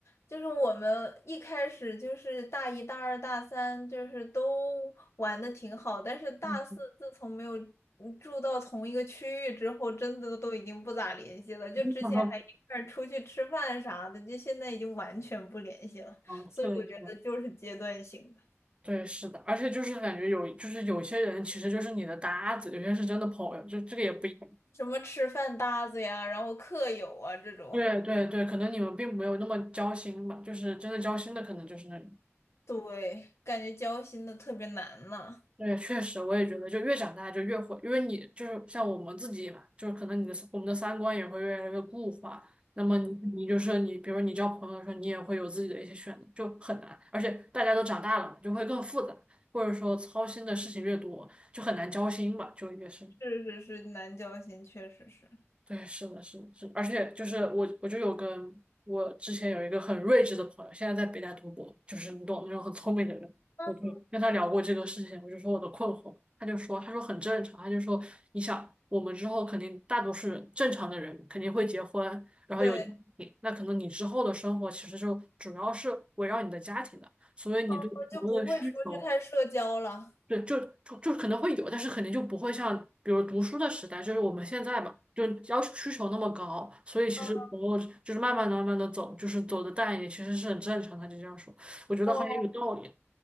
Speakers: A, on the left; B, on the right.
A: 就是我们一开始就是大一、大二、大三，就是都玩的挺好，但是大四自从没有嗯住到同一个区域之后，
B: 嗯，
A: 真的都已经不咋联系了。
B: <laughs>
A: 就之前还一块儿出去吃饭啥的，就现在已经完全不联系了。
B: 嗯，
A: 所以我觉得就是阶段性的，
B: 是的，是的，对，是的，而且就是感觉有，就是有些人其实就是你的搭子，有些是真的朋友，就这个也不一样。
A: 什么吃饭搭子呀，然后课友啊这种，
B: 对对对，可能你们并没有那么交心吧，就是真的交心的可能就是那里。
A: 对，感觉交心的特别难呢。
B: 对，确实，我也觉得，就越长大就越会，因为你就是像我们自己嘛，就是可能你的我们的三观也会越来越固化。那么你你就是你，比如你交朋友的时候，你也会有自己的一些选择，就很难。而且大家都长大了嘛，就会更复杂，或者说操心的事情越多，就很难交心吧，就越是。
A: 是是是，南交心确实是。
B: 对，是的，是的，是的，而且就是我，我就有个我之前有一个很睿智的朋友，现在在北大读博，就是你懂那种很聪明的人，
A: 嗯，
B: 我就跟他聊过这个事情，我就说我的困惑，他就说，他说很正常，他就说你想我们之后肯定大多数人正常的人肯定会结婚，然后有家庭，
A: 对，
B: 那可能你之后的生活其实就主要是围绕你的家庭的，所以你对朋友的需求。
A: 嗯，就不会出去太社交了。
B: 对，就就就可能会有，但是肯定就不会像比如读书的时代，就是我们现在吧，就要求需求那么高，所以其实朋友就是慢慢的、
A: 嗯
B: 慢慢的走，就是走的淡一点，其实是很正常的。就这样说，我觉得好像也有道理。
A: 哦，